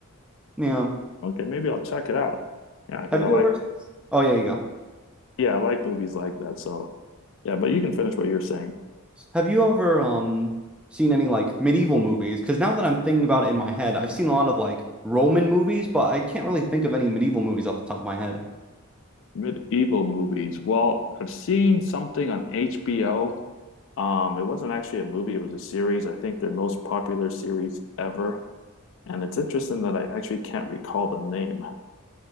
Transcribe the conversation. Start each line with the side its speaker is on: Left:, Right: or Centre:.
Centre: right. Yeah.
Left: okay, maybe I'll check it out. Yeah, because
Centre: Have
Left: I
Centre: you
Left: like,
Centre: ever Oh, yeah, you go.
Left: yeah, I like movies like that. So, yeah, but you can finish what you're saying.
Centre: Have you ever um seen any like medieval movies? Because now that I'm thinking about it in my head, I've seen a lot of like Roman movies, but I can't really think of any medieval movies off the top of my head. <laughs>
Left: Medieval movies. Well, I've seen something on HBO. Um, it wasn't actually a movie, it was a series. I think their most popular series ever. And it's interesting that I actually can't recall the name.